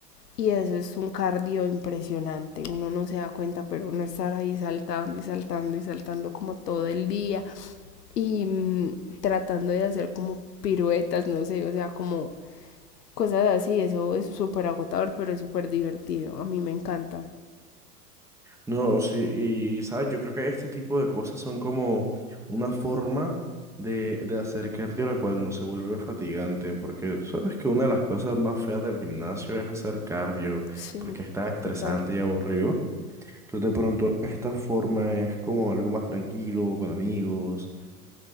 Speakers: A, on the left; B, in the centre.
A: Y eso es un cardio impresionante. Uno no se da cuenta, pero uno estar ahí saltando y saltando y saltando como todo el día. Y mm, tratando de hacer como piruetas, no sé, o sea, como cosas así. Eso es súper agotador, pero es súper divertido. A mí me encanta.
B: No, sí, y sabes, yo creo que este tipo de cosas son como una forma de, de hacer cardio la cual no se vuelve fatigante, porque sabes que una de las cosas más feas del gimnasio es hacer cardio,
A: Sí,
B: porque es tan estresante
A: total.
B: y aburrido. Entonces, de pronto, esta forma es como algo más tranquilo, con amigos,